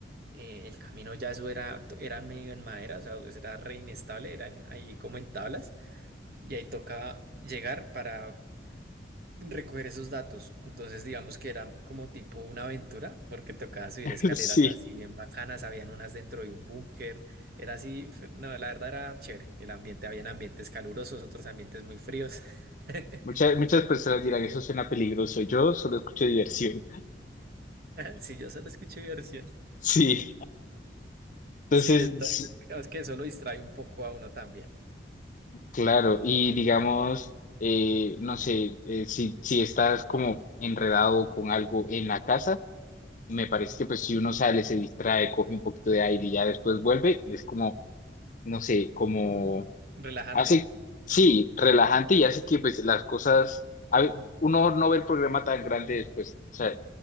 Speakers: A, on the right; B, on the left.
A: eh, el camino ya eso era, era medio en madera, o sea, eso era re inestable, eran ahí como en tablas, y ahí tocaba llegar para recoger esos datos. Entonces, digamos que era como tipo una aventura, porque tocaba subir
B: <laughs>
A: escaleras
B: Sí,
A: así en bacanas, habían unas dentro de un búnker, era así, uf, no, la verdad era chévere, el ambiente, habían ambientes calurosos, otros ambientes muy fríos. <laughs>
B: muchas, muchas personas dirán, eso suena peligroso. Yo solo escucho diversión.
A: Si yo solo escuché mi versión.
B: Sí, entonces,
A: Sí, entonces,
B: sí,
A: digamos que eso lo distrae un poco a uno también.
B: claro, y digamos, eh, no sé, eh, si, si estás como enredado con algo en la casa, me parece que pues si uno sale, se distrae, coge un poquito de aire y ya después vuelve, es como, no sé, como
A: Relajante.
B: hace, sí, relajante y hace que pues las cosas, a ve- uno no ve el programa tan grande después, o sea,